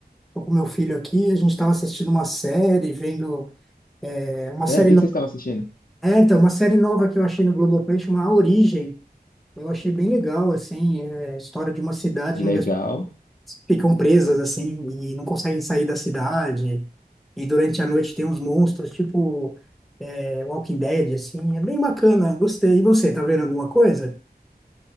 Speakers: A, in the centre; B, on the left.
A: Tô com meu filho aqui, a gente tava assistindo uma série, vendo é, uma
B: Sério,
A: série
B: o que
A: nova.
B: que você estava assistindo?
A: É, então, uma série nova que eu achei no Globoplay chama A Origem. Eu achei bem legal, assim, é, a história de uma cidade
B: Legal.
A: onde ficam presas assim e não conseguem sair da cidade. E durante a noite tem uns monstros, tipo é, Walking Dead, assim. É bem bacana, gostei. E você, tá vendo alguma coisa?